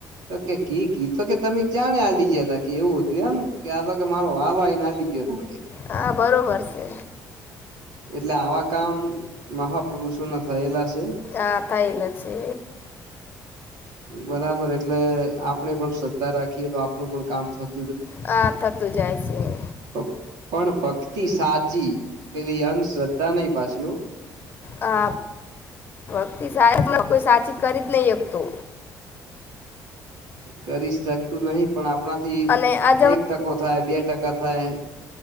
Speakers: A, on the right; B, on the left.
A: તો કે કી કીધ તો કે તમે ચા ને આલી જ હતા કે એવું હતું એમ કે આ તો કે મારો વાળ હોયનેલી ગીઓ તો કે.
B: હા, બરોબર છે.
A: એટલે આવા કામ મહાપુરુષો ના થયેલા છે.
B: આ થઈલો છે.
A: બરાબર એટલે આપડે પણ શ્રદ્ધા રાખીએ તો આપનું પણ કામ થ
B: હા, થતું જાય છે એ.
A: પ અહ પણ ભક્તિ સાચી પેલી અંધ શ્રદ્ધા નહી પાછી હો.
B: હા, વક્તિ સા કોઈ સાચી કરી જ નહી એકતો
A: કરી શકતું નહિ પણ આપણાથી
B: અને આ
A: એક ટકો થાય બે ટકા થાય